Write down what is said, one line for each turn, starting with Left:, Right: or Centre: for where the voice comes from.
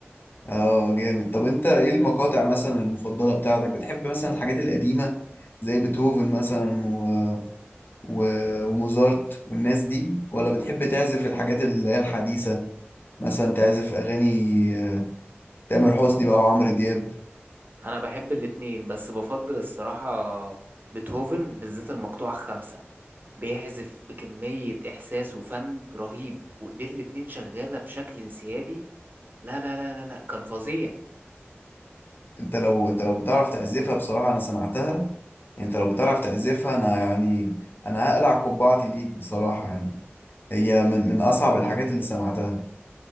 Left: اه جامد طب انت ايه المقاطع مثلا المفضلة بتاعتك بتحب مثلا الحاجات القديمة زي بيتهوفن مثلا و... و... وموزارت والناس دي ولا بتحب تعزف الحاجات اللي هي الحديثة مثلا تعزف اغاني آه، تامر حسني بقى وعمرو دياب
Right: انا بحب الاتنين بس بفضل الصراحة بيتهوفن بالذات المقطوعة الخامسة بيعزف بكمية إحساس وفن رهيب وإيديه الاتنين شغالة بشكل انسيابي لا لا لا لا لا كان فظيع
Left: انت لو انت لو بتعرف تعزفها بصراحة انا سمعتها يعني انت لو بتعرف تعزفها انا يعني انا هقلع قبعتي ليك بصراحة يعني هي من من اصعب الحاجات اللي سمعتها